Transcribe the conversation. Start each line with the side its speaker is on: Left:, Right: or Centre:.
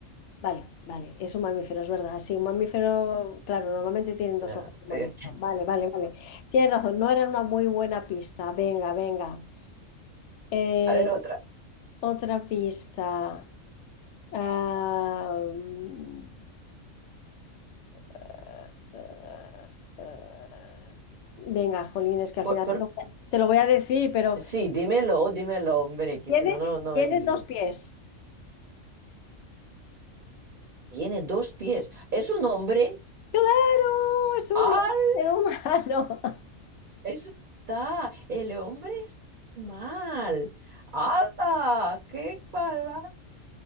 Left: Vale, vale, es un mamífero, es verdad. Sí, un mamífero, claro, normalmente tienen dos
Right: Ya.
Left: ojos, un mamífero.
Right: Eh, <laughs>
Left: Vale, vale, vale. Tienes razón, no era una muy buena pista. Venga, venga. Eh,
Right: a ver, otra.
Left: otra pista. Ah, mm, eh, eh, eh, venga, jolines, que al
Right: Por-
Left: final
Right: por-
Left: te lo, te lo voy a decir, pero
Right: sí, dímelo, dímelo, hombre, que
Left: tiene,
Right: si no, no, no
Left: tiene
Right: adivino.
Left: dos pies.
Right: Tiene dos pies. Es un hombre.
Left: Claro, es un
Right: ¡Ah!
Left: ser humano.
Right: Está. El hombre es mal. ¡Hala! ¡Qué palabra!